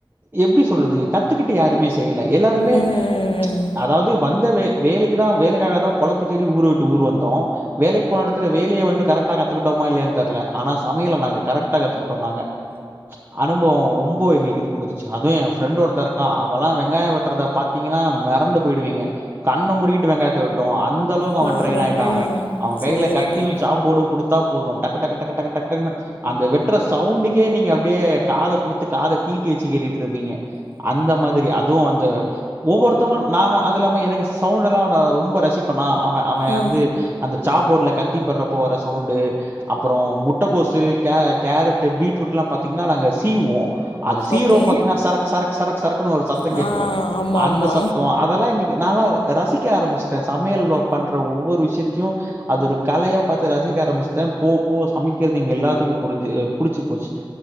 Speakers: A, on the right; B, on the left.
A: எப்டி சொல்றது கத்துக்கிட்டு யாருமே செய்ல எல்லாருமே
B: ம் ம்
A: அதாவ்து வந்த வே வேலைக்குதா வேலைக்காக தா பொழப்பு தேடி ஊரு விட்டு ஊர் வந்தோ வேலைக் போன எடத்துல வேலிய வந்துட் கரக்ட்டா கத்துக்குட்டோமா இல்லயான் தெர்ல ஆனா சமையல நாங்க கரெக்ட்டா கத்துக்குட்டோ நாங்க அனுபவோ ரொம்ப எங்குளுக் இது குடுத்துச்சு அதுவு என் ஃப்ரெண்ட் ஒருத்த இருக்கான் அவெல்லா வெங்காயோ வெட்டுறத பாத்தீங்கன்னா மெரண்டு போய்டுவீங்க கண்ண மூடிக்கிட்டு வெங்காயத்த வெட்டுவா அந்த அளவுக்கு அவன்
B: பார்றா
A: ட்ரெயின் ஆயிட்டா
B: ம்
A: அவன் அவன் கைல
B: சேரிங்க
A: கத்தியு சாப்போடும் குடுத்தா போதும் டக்கு டக்கு டக்கு டக்கு டக்கு டக்குன்னு அந்த வெட்டுற சவுண்டுக்கே நீங்க அப்டியே காத குடுத்து காத தீட்டி வச்சு கேட்டுட்டு இருப்பீங்க அந்த மாதிரி அதுவு அந்த ஒவ்வொருத்தவங்க நா அது இல்லாம எனக்கு சவுண்ட் எல்லா நா ரொம்ப ரசிப்பண்ணா அவே அவன்
B: ஆ
A: வந்து அந்த சாப்போர்ட்ல கத்திப்படுறப்ப வற சவுண்டு அப்றோ முட்டகோசு கே கேரட்டு பீட்ரூட் எல்லா பாத்தீங்னா நாங்க சீவ்வோ அது சீவ்ரோ
B: ஓகே
A: பாத்தீங்னா சரக் சரக் சரக் சரக்குன்னு ஒரு சத்தம்
B: ஆ
A: கேட்கு
B: ஆமா
A: அந்த
B: ஆமா
A: சத்தம் அதெல்லா எங்ளுக்கு நால்லா ரசிக்க ஆரம்பிச்சிட்ட சமையல் பண்ற ஒவ்வொரு விஷயத்தையு அது ஒரு கலைய பாத்து ரசிக்க ஆரம்பிச்சுட்ட போ போ சமைக்கிறது எங்க எல்லாத்துக்கு புரிஞ்சு புடிச்சு போச்சு